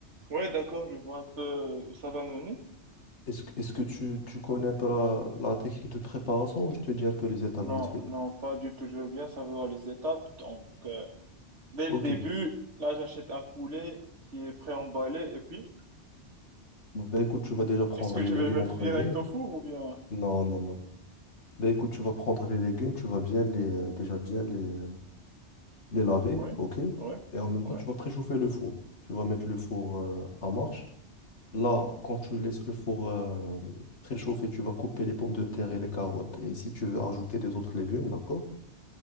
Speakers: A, on the right; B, on the left.
A: Ouais, d'accord, je vois un peu où ça va mener.
B: Est-ce, que- est-ce que tu, tu connais un peu la, la technique de préparation ou je te dis un peu les étapes
A: Non,
B: vite fait?
A: non, pas du tout. Je veux bien savoir les étapes. Donc, euh, Dès le
B: Ok.
A: début, là, j'achète un poulet qui est pré-emballé. Et puis,
B: Bah, écoute, tu vas déjà prendre
A: est-ce que
B: les
A: je
B: légumes
A: vais le mettre
B: en premier.
A: direct au four ou bien...
B: Non, non, non. Mais écoute, tu vas prendre les légumes, tu vas bien les, euh, déjà bien les, les laver,
A: Oui,
B: ok.
A: oui,
B: Et en même
A: oui,
B: temps, tu vas préchauffer le four. Tu vas mettre le four euh, en marche. Là, quand tu laisses le four euh, préchauffer, tu vas couper les pommes de terre et les carottes. Et si tu veux ajouter des autres légumes, d'accord?